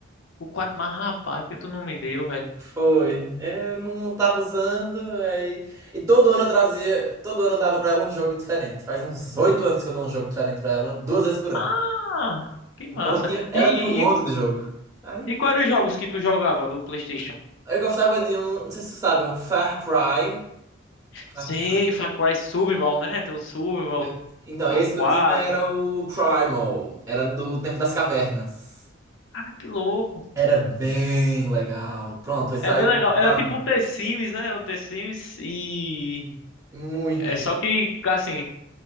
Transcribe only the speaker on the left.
O 4, mas rapaz, por que tu não me deu, velho?
Ah, que massa.
E,
e,
e
e quais eram os jogos que tu jogava do PlayStation?
Sei, Far Cry Survival, né? Tem o Survival,
é
o 4.
Ah, que louco.
É
bem
legal.
Era tipo um The Sims, né? Um The Sims e...
É só que, assim,